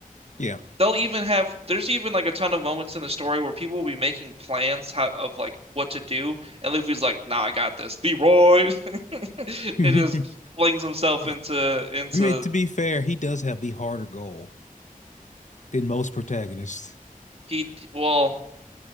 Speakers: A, on the left (about 55°); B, on the right (about 45°).
A: Yeah.
B: They'll even have there's even like a ton of moments in the story where people will be making plans how, of like what to do, and Luffy's like, "Nah, I got this, Leroy." <laughs> It
A: <laughs>
B: just flings himself
A: Yeah.
B: into into
A: I mean, to be fair, he does have the harder goal than most protagonists.
B: he well